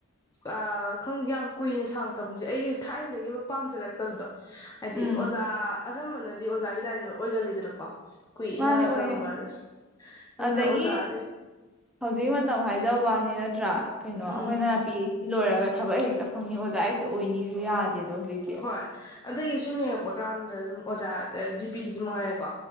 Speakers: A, on the left; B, in the centre.
A: ꯑꯥ ꯈꯪꯗꯦ ꯌꯥꯝ ꯀꯨꯏꯅ ꯁꯥꯡ ꯇꯝꯕꯁꯦ ꯑꯩꯒꯤ ꯊꯥꯏꯅꯗꯒꯤ ꯑꯃ ꯄꯥꯝꯖꯔꯛꯇꯕꯗꯣ꯫ ꯍꯥꯏꯗꯤ
B: ꯎꯝ
A: ꯑꯣꯖꯥ ꯑꯅꯝꯕꯅꯗꯤ ꯑꯣꯖꯥꯒꯤ ꯂꯥꯏꯟꯗ ꯑꯣꯏꯒꯜꯂꯤꯗꯅꯀꯣ ꯀꯨꯏꯅ
B: ꯃꯥꯅꯦ ꯑꯣꯏꯌꯦ
A: ꯇꯝꯕꯁꯦ ꯑꯗꯨꯅ
B: ꯑꯗꯒꯤ
A: ꯑꯣꯖꯥꯒꯤ
B: ꯍꯧꯖꯤꯛ ꯃꯇꯝ ꯍꯥꯏꯖꯕꯅꯤ ꯅꯠꯇ꯭ꯔꯥ ꯀꯩꯅꯣ
A: ꯎꯝ
B: ꯑꯩꯈꯣꯏꯅ ꯄꯤ ꯑꯩꯆ ꯁꯤ ꯂꯣꯏꯔꯒ ꯊꯕꯛ ꯍꯦꯛꯇ ꯐꯪꯅꯤ ꯑꯣꯖꯥ ꯍꯦꯛꯇ ꯑꯣꯏꯅꯤꯁꯨ ꯌꯥ ꯗꯦꯗꯣ ꯍꯧꯖꯤꯛꯇꯤ
A: ꯍꯣꯏ ꯑꯗꯒꯤ ꯁꯨꯝ ꯌꯦꯡꯉꯛꯄ ꯀꯥꯟꯗ ꯑꯗꯨꯝ ꯑꯣꯖꯥ ꯑ ꯖꯤ ꯄꯤꯗꯁꯨ ꯃꯉꯥꯏꯔꯦ ꯀꯣ